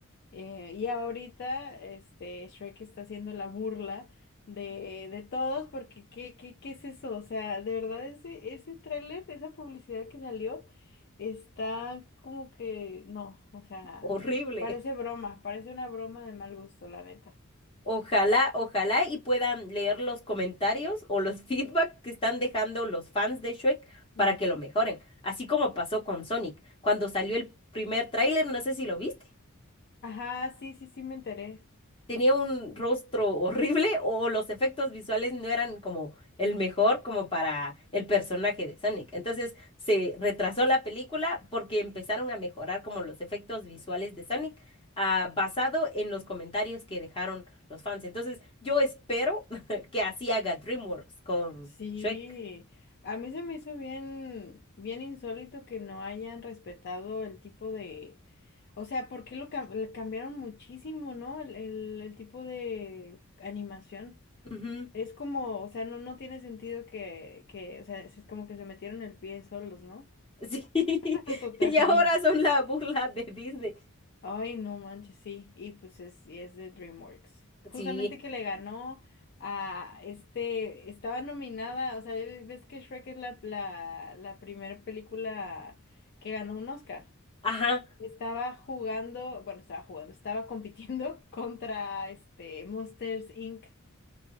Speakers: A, on the left; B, on the left.
A: Eh, y ahorita, este, Shrek está haciendo la burla de, de todos porque ¿qué, qué, qué es eso? O sea, de verdad ese, ese tráiler, esa publicidad que salió, está como que, no, o sea,
B: horrible.
A: parece broma, parece una broma de mal gusto, la neta.
B: Ojalá, ojalá y puedan leer los comentarios o los <laughs> feedback que están dejando los fans de Shrek
A: Ujú.
B: para que lo mejoren, así como pasó con Sonic, cuando salió el primer tráiler, no sé si lo viste
A: Ajá, sí, sí, sí me enteré.
B: tenía un rostro horrible <laughs> o los efectos visuales no eran como el mejor como para el personaje de Sonic. Entonces se retrasó la película porque empezaron a mejorar como los efectos visuales de Sonic. ah, basado en los comentarios que dejaron los fans. Entonces, yo espero <laughs> que así haga DreamWorks con
A: Sí,
B: Shrek.
A: a mí se me hizo bien, bien insólito que no hayan respetado el tipo de, o sea, ¿por qué lo cam- le cambiaron muchísimo, ¿no? El, el- el tipo de animación.
B: Ujú,
A: Es como, o sea, no, no tiene sentido que, que, o sea, es como que se metieron el pie solos, ¿no?
B: Sí, <laughs>
A: <laughs> Totalmente.
B: y ahora son la burla de Disney.
A: Ay, no manches, sí. Y pues es, y es de DreamWorks. Justamente
B: Sí,
A: que le ganó a este, estaba nominada, o sea, eh, ves que Shrek es la, la, la primera película que ganó un Oscar.
B: ajá,
A: Estaba jugando, bueno, estaba jugando, estaba compitiendo <laughs> contra este Monsters Inc.